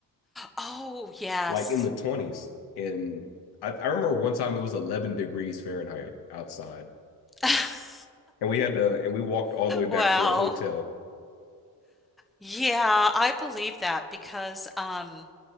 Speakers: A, in the centre; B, on the left (about 85°).
A: Oh, yes.
B: like in the 20s. And I, I remember one time it was 11 degrees Fahrenheit outside.
A: <laughs>
B: And we had to and we walked all the way back
A: Well,
B: to our hotel.
A: yeah, I believe that because um